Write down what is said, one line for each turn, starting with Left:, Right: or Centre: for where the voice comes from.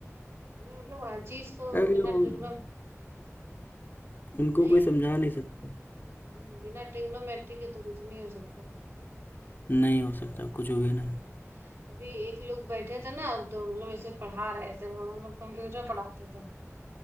Right: नहीं मतलब हर चीज तो
Left: अरे
Right: बिना
Left: उन,
Right: ट्रिग्नो
Left: उनको
Right: नहीं
Left: कोई समझा नहीं सकता
Right: हम्म, बिना ट्रिग्नोमेट्री के तो कुछ नहीं हो सकता
Left: नहीं हो सकता कुछ भी
Right: हम्म,
Left: नहीं
Right: अभी एक लोग बैठे थे ना तो मतलब ऐसे पढ़ा रहे थे वो मतलब कंप्यूटर पढ़ाते थे